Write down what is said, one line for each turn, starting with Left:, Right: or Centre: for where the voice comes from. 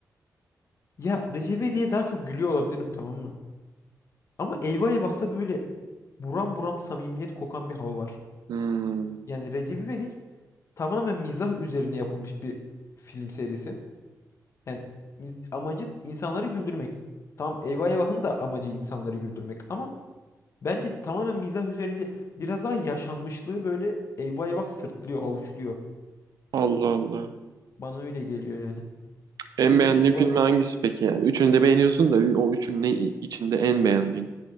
Left: Ya Recep diye daha çok gülüyor olabilirim tamam mı? Ama Eyvah Eyvah'ta böyle buram buram samimiyet kokan bir hava var.
Right: Hmm,
Left: Yani Recep İvedik tamamen mizah üzerine yapılmış bir film serisi. Yani ins- amacı insanları güldürmek. Tamam Eyvah Eyvah'ın da amacı insanları güldürmek ama bence tamamen mizah üzerinde değil. Biraz daha yaşanmışlığı böyle Eyvah Eyvah sırtlıyor, avuçluyor.
Right: Allah Allah.
Left: Bana öyle geliyor yani.
Right: En
Left: O yüzden
Right: beğendiğin
Left: Eyvah
Right: filmi
Left: Eyvah
Right: hangisi peki yani? Üçünü de beğeniyorsun da ü- o üçünün ne içinde en beğendiğin?